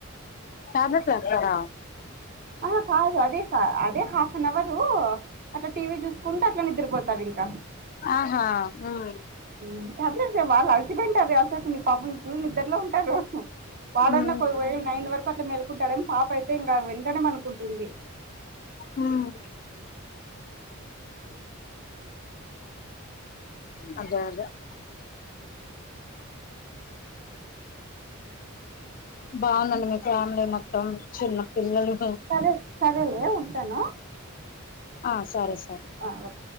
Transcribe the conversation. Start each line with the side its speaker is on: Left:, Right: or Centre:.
Left: న్దే చేస్తారా
Right: ఆ హ్ కాదు అదే చ అదే హాఫ్ ఫన్నవరు అట్లా టీ వీ జూసుకుంట అట్ల నిద్రపోతారింక
Left: ఆహా హ్మ్
Right: ఉమ్ టాబ్లేట్స్ ఏం వాడ్ల చి పెంటంది అసల్కి మీ పాపం ఫుల్ నిద్దరలో ఉంటారు, వాడన్నా
Left: హ్మ్
Right: నైన్ వరకు అట్ల మేల్ కుంటాడగన్ పాప అయితే ఇంకా వెంటనే పండుకుంటుంది.
Left: హ్మ్ అదే అదే <inaudible> బావుందండి మీ ఫ్యామిలీ మొత్తం చిన్న పిల్లలు
Right: సరే సరేలే ఉంటాను.
Left: ఆ సరే సరే
Right: ఓకే